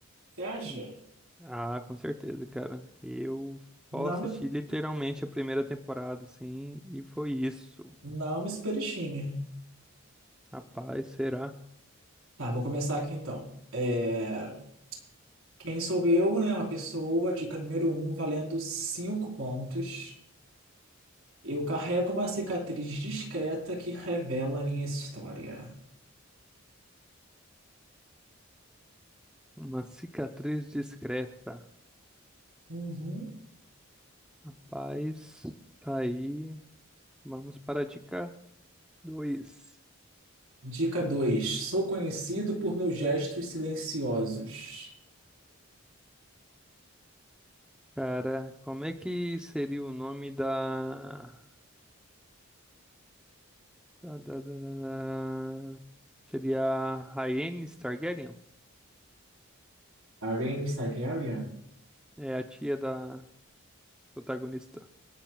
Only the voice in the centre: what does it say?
Hum. Ah, com certeza, cara. Eu só
assisti
literalmente a primeira temporada, sim, e foi isso.
Rapaz, será
uma cicatriz discreta.
Rapaz, tá aí. Vamos para a dica 2.
Cara, como é que seria o nome da... da, da, da, da- da- Seria a Rhaenys Targaryen?
É a tia da protagonista.